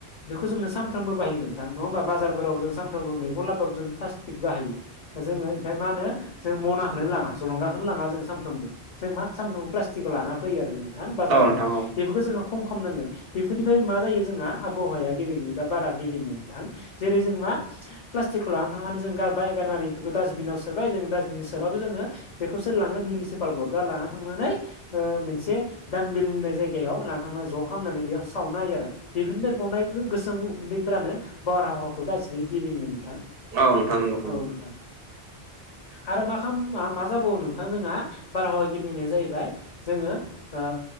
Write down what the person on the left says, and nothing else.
बेखौ जोंनो सानफ्रोमबो बाहायो। नोंथां नङा होमबा बाजारफोरावबो जों सानफ्रामबो मैगं लाबबाबो जों प्लास्टिक बाहायो दा जोङो ओंखायनो मा होनो जों मनाखोनो लाङा जलंगाखोनो लाङा जों सानफ्रोमबो। जों मा सामफ्रामबो प्लास्टिकखौ लाना फैयो आरो नोंथां बाजाराव
बेफोरखौ जोङो खम खामनांगोन। बेफोरनिफ्राय मा जायो जोंहा आबहावाया गेबेङै बा बारा गेबेङा नोंथां। जेरै जों मा प्लास्टिकखौ लानानै थांनानै जों गारबाय गारनानै। बेखौ डास्टबिनाव सोबाय जों डास्बिन सोआबाबो जोङो बेखौ सोर लाङो मिउनिसिपाल बर्डआ लानानै थांनानै। मोनसे दामबिल होननाय जायगायाव लाना थांनानै ज' खालामनानै बेयाव। सावनो हायो आरो बेफोरनो गनाय गोसोम उखुन्दैफोरानो बारहावाखौ गाज्रि गिबिङो नोंथां
ओ नोंथां आरो मा खाम मा मा जाबावो नोंथां जोंहा बारहावा गिबिनाया जाहैबाय जोङो ओ